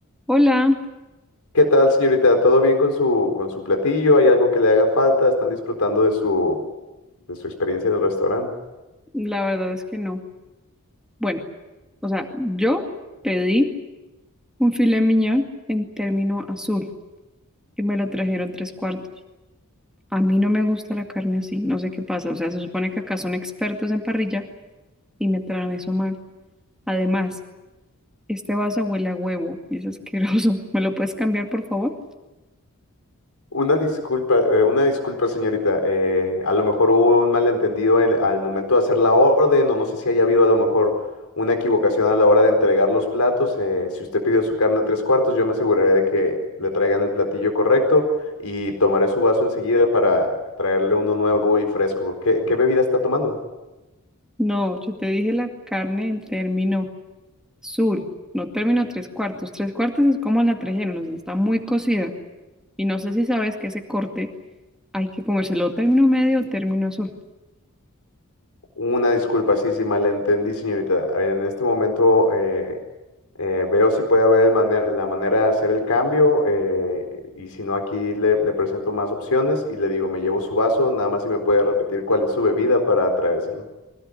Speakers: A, in the centre; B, on the left (about 85°).
A: Hola,
B: ¿Qué tal, señorita? ¿Todo bien con su, con su platillo? ¿Hay algo que le haga falta? ¿Están disfrutando de su, de su experiencia en el restaurante?
A: la verdad es que no. Bueno, o sea, yo pedí un filet mignon en término azul y me lo trajeron tres cuartos. A mí no me gusta la carne así, no sé qué pasa. O sea, se supone que acá son expertos en parrilla y me traen eso mal. Además, este vaso huele a huevo y es asqueroso. <laughs> ¿Me lo puedes cambiar, por favor?
B: Una disculpa, eh, una disculpa, señorita. eh, a lo mejor hubo un malentendido en- al momento de hacer la orden, o no sé si haya habido a lo mejor una equivocación a la hora de entregar los platos. eh, si usted pidió su carne tres cuartos, yo me aseguraré de que le traigan el platillo correcto y tomaré su vaso enseguida para traerle uno nuevo y fresco. ¿Qué, qué bebida está tomando?
A: No, yo te dije la carne en término azul, no término tres cuartos. Tres cuartos es como la trajeron, o sea, está muy cocida. Y no sé si sabes que ese corte hay que comérselo término medio o término azul.
B: Una disculpa, sí, sí, malentendí, señorita. En este momento eh, eh, veo si puede haber manera- la manera de hacer el cambio eh, y si no, aquí le, le presento más opciones y le digo, me llevo su vaso, nada más si me puede repetir cuál es su bebida para traérselo.